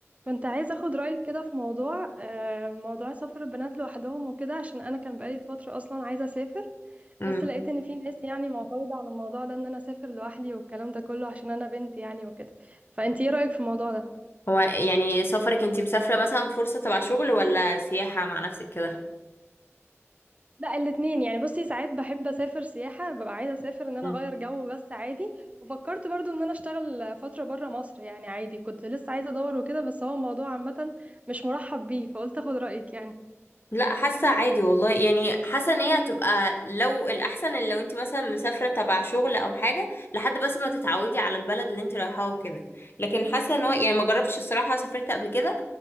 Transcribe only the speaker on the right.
كنت عايزة اخد رأيك كده في موضوع آه، موضوع سفر البنات لوحدهم وكده عشان انا كان بقالي فترة اصلا عايزة اسافر
بس لقيت ان في ناس يعني معترضة على الموضوع ده ان انا اسافر لوحدي والكلام ده كله عشان انا بنت يعني وكده فانت ايه رأيك في الموضوع ده
لا الاتنين يعني بصي ساعات بحب اسافر سياحة ببقى عايزة اسافر ان انا
اغير جو بس عادي وفكرت برضو ان انا اشتغل فترة برا مصر يعني عادي كنت لسه عايزة ادور وكده بس هو الموضوع عامة مش مرحب بيه فقلت اخد رأيك يعني